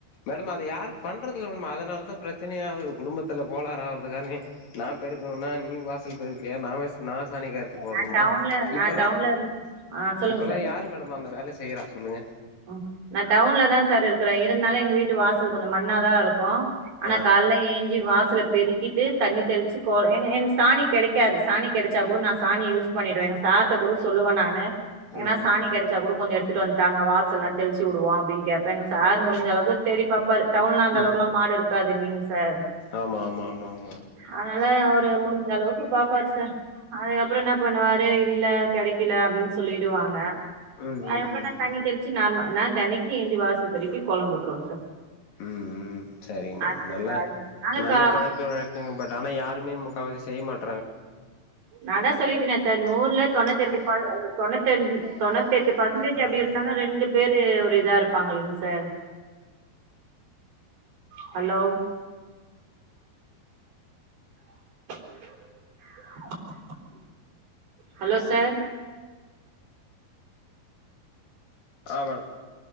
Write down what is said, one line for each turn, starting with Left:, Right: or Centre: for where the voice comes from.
Left: மேடம் அது யாரு பண்றதுல்ல மேடம் அதனால தா பிரச்சனையாவுது குடும்பத்துல கோளாறு ஆவறது காரணமே நா பெருக்கணுனா நீ வாசல் பெருக்கு நா வேஸ் நா சாணி கரச்சு போடணுமா
Right: நா டவுன்ல நா
Left: இப்பல்லா
Right: டவுன்ல இரு ஆ சொல்லுங்க
Left: இப்பல்லா யாரு மேடம் அந்த வேல செய் செய்யறா சொல்லுங்க
Right: ம் நா டவுன்ல தா சார் இருக்கற இருந்தாலு எங்க வீட்டு வாசல் கொஞ்சோ மண்ணாதா இருக்கு ஆனா
Left: ஆ
Right: கால்ல ஏஞ்சி வாச சல பெருக்கிட்டு தண்ணி தெளிச்சி கோ எ எனக்கு சாணி கெடைக்காது சாணி கெடச்சா கூட நா சாணி யூஸ் பண்ணிடுவ எங்க சார்ட்ட கூட சொல்லுவ நானு எங்கன்னா
Left: ம்
Right: சாணி
Left: ம்
Right: கெடச்சா கூட கொஞ்சொ எடுத்துட்டு வந்து தாங்க வாச தெளிச்சு உடுவோ அப்டின் கேப்ப எங்க சார் முடிஞ்சளவுக்கு தேடி பாப்பாரு டவுன்ல அந்த
Left: ம்
Right: அளவுக்கு எல்லா மாடு இருக்காது இல்லைங் சார்
Left: ஆமா ஆமா ஆமா ஆமா
Right: அதா அதா அவுரு முடிஞ்ச அளவுக்கு பாப்பாரு சார் அதுக்கப்பறோ என்னா பண்ணுவாரு இல்ல கெடைக்கல அப்டின்னு சொல் சொல்லிடுவாங்க
Left: ம்
Right: அதுகப்ப
Left: ம்
Right: நா
Left: ம்
Right: தண்ணி தெளி அம்மா நா தெனைக்கு ஏஞ்சி வாசல் பெருக்கி கோலம் போட்ருவ சார்
Left: ம் ம் சரிங்க மேடம்
Right: அது
Left: நல்ல
Right: அதனால
Left: நல்ல
Right: கா
Left: பழக்க வழக்கங்க பட் ஆனா யாருமே முக்காவாசி செய்ய மாட்
Right: நாந்தா சொல்லிட்டனே சார் நூறுல தொண்ணுத்ரெண்டு ப தொண்ணத்தி ரெ தொண்ணத்தி எட்டு பர்சன்டேஜ்
Left: ஆ ஆ
Right: அப்டி இருந்தாலு ரெண்டு பேரு ஒரு இதா இருப்பாங்க இல்லைங் சார் ஹலோ <inaudible> ஹலோ சார்
Left: ஆ மேடம்